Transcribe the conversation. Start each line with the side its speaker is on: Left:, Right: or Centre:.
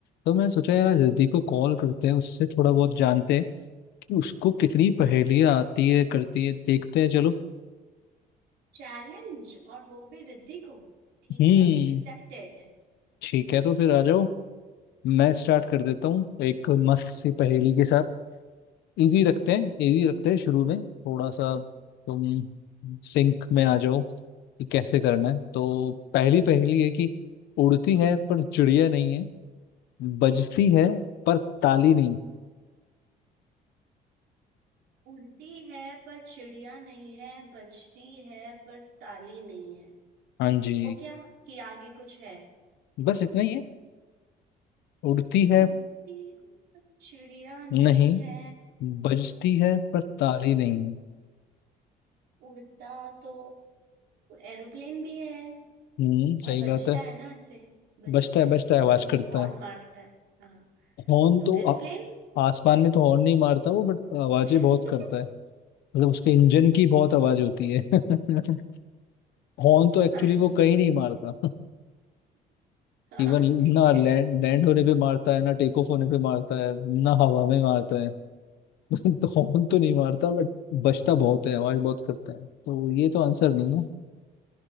Left: तो मैं सोचा यार आज रिद्धि को कॉल करते हैं उससे थोड़ा बहुत जानते हैं कि उसको कितनी पहेलियाँ आती है करती है देखते हैं चलो
Right: चैलेंज और वो भी रिद्धि को ठीक
Left: हम्म
Right: है एक्सेप्टेड
Left: ठीक है तो फिर आ जाओ मैं स्टार्ट कर देता हूँ एक मस्त सी पहेली के साथ इजी रखते
Right: बिल्कुल
Left: हैं इजी रखते हैं शुरू में थोड़ा सा तुम सिंक में आ जाओ कि कैसे करना है तो पहली पहली है कि उड़ती है पर चिड़िया नहीं है बजती है पर ताली नहीं
Right: उड़ती है पर चिड़िया नहीं है बजती है पर ताली नहीं है
Left: हाँ जी
Right: हो गया कि आगे कुछ है
Left: बस इतना ही है उड़ती है
Right: उड़ती है पर चिड़िया नहीं
Left: नहीं
Right: है
Left: बजती है पर ताली नहीं है
Right: उड़ता तो एरोप्लेन भी है
Left: हम्म
Right: और
Left: सही
Right: बजता
Left: बात है
Right: है ना ऐसे बजता
Left: बजता है
Right: है
Left: बजता है
Right: हॉर्न
Left: आवाज करता
Right: हॉर्न
Left: है
Right: मारता है हाँ
Left: हॉर्न
Right: तो
Left: तो
Right: एरोप्लेन
Left: आ, आसमान में तो हॉर्न नहीं मारता वो बट आवाजें
Right: <laughs>
Left: बहुत करता है मतलब उसके इंजन की बहुत आवाज होती है <laughs> हॉर्न तो एक्चुअली
Right: हाँ
Left: वो
Right: जी
Left: कहीं नहीं मारता <laughs>
Right: हाँ
Left: इवन
Right: ठीक
Left: ना
Right: है
Left: लैंड लैंड होने पे मारता है ना टेक ऑफ होने पे मारता है ना हवा में मारता है <laughs> तो हॉर्न तो नहीं मारता बट बजता बहुत है आवाज बहुत करता है तो ये तो आंसर नहीं है